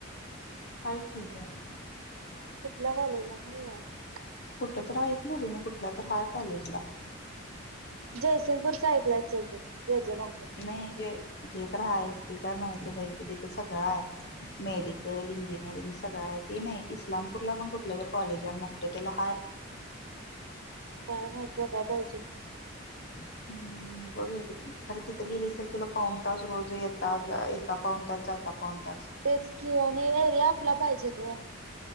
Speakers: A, on the left; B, on the right.
A: हाय ठीक आहे
B: कुठल्या कॉलेजला नाही आहे
A: तत्र ऐकल तु मी कुठल्या तर हाय कॉलेजला
B: जयसिंगपूरचा ऐकला असेल तू जय जय मगदूम
A: नाही जे ते तर आहे काय माहित आहे कि तेिथ सगळं आहे मेडिकल इंजिनिअरिंग सगळं आहे ते नाही इस्लामपूरला पण कुठलं तररी कॉलेज आहे मुठतं त्याला हाय
B: काय माहत बघाय पाहिजे
A: हम्म बघ खर तिथं गेली असेल तुला पाऊन तास रोज येता येता पाऊन तास जाता पाऊन तास
B: तेच की आणि हेर आपला पाहिजे ग